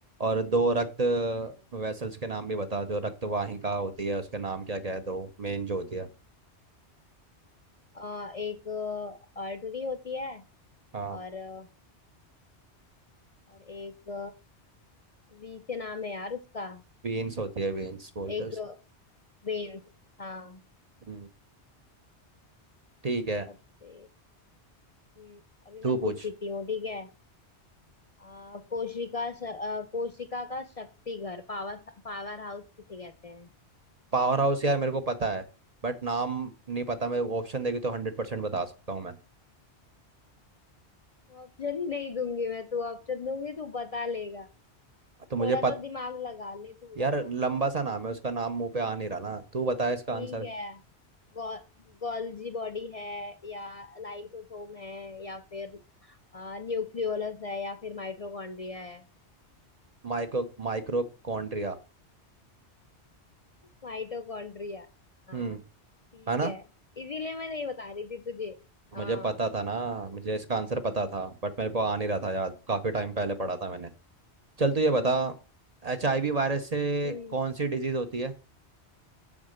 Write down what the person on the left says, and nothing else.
हम्म,
अ, एक आर्टरी होती है
और अ, और एक वी से नाम है यार उसका
एक
वेन्स हाँ
सबसे हम्म, अभी
मैं पूछती
हूँ ठीक है अ, कोशिका श, अ, कोशिका का शक्ति घर पावर पावर हाउस किसे कहते हैं
ऑप्शन ही नहीं दूंगी मैं तू ऑप्शन दूंगी तू बता लेगा
थोड़ा
तो दिमाग लगा ले थोड़ा
सा
ठीक
है गौ, गॉल्जी बॉडी है या लाइसोसोम है या फिर आ, न्यूक्लियोलस है या फिर माइटोकॉन्ड्रिया है
माइटोकॉन्ड्रिया हाँ
ठीक
है इसीलिए मैं नहीं बता रही थी तुझे हाँ
हम्म